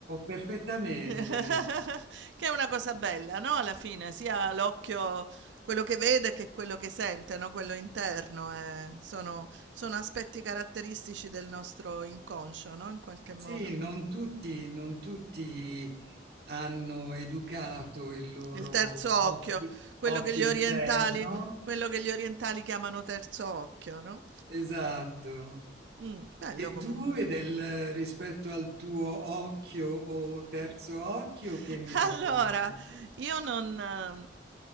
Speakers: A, on the right (about 65°); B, on the right (about 85°).
A: perfettamente.
B: <laughs> Che è una cosa bella, no, alla fine, sia l'occhio quello che vede che quello che sente, no, quello interno, eh, sono sono aspetti caratteristici del nostro inconscio, no, in qualche modo.
A: Sì, non tutti, non tutti hanno educato il loro
B: Il terzo occhio,
A: occhio,
B: quello
A: occhio
B: che gli orientali
A: interno.
B: quello che gli orientali chiamano terzo occhio, no.
A: Esatto.
B: Mh, bello
A: E
B: comunque.
A: tu e del rispetto al tuo occhio o terzo occhio che
B: <laughs>
A: mi
B: Allora,
A: racconti?
B: io non, ehm,